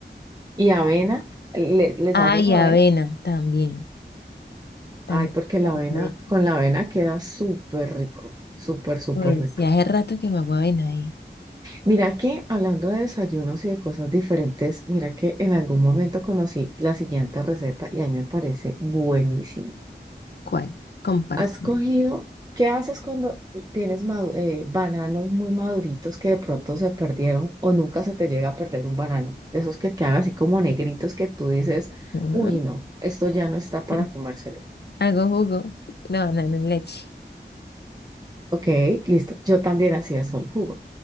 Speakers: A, on the right; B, on the left.
A: ¿Y avena? ¿Le- ¿les
B: Ah,
A: haces
B: y
A: avenas?
B: avena también, también
A: Ay, porque la
B: hago
A: avena,
B: avena.
A: con la avena queda súper rico, súper, súper
B: Uy,
A: rico.
B: sí, hace rato que no hago avena, ¿eh?
A: Mira que hablando de desayunos y de cosas diferentes, mira que en algún momento conocí la siguiente receta y a mí me parece buenísimo.
B: ¿Cuál? Compárteme.
A: Has cogido, ¿qué haces cuando tienes madu- eh, bananos muy maduritos que de pronto se perdieron o nunca se te llega a perder un banano? De esos que quedan así como negritos que tú dices,
B: Ujú.
A: uy, no, esto ya no está para
B: <laughs>
A: comérselo.
B: Hago jugo, no, no, no, leche.
A: Ok, listo. Yo también hacía eso el jugo.